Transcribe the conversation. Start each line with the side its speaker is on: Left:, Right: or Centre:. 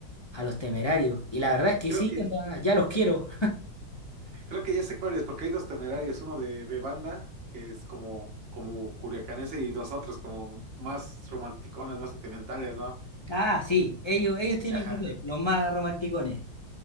Left: a los temerarios. Y la verdad es que
Right: Creo
Left: sí,
Right: que,
Left: o sea, ya los quiero.
Right: creo que ya sé cuál es, porque hay dos temerarios, uno de, de banda, que es como, como curiacanese, y nosotros como más romanticones, más sentimentales, ¿no?
Left: Ah, sí, ellos, ellos tienen
Right: Ajá,
Left: que ser los más romanticones.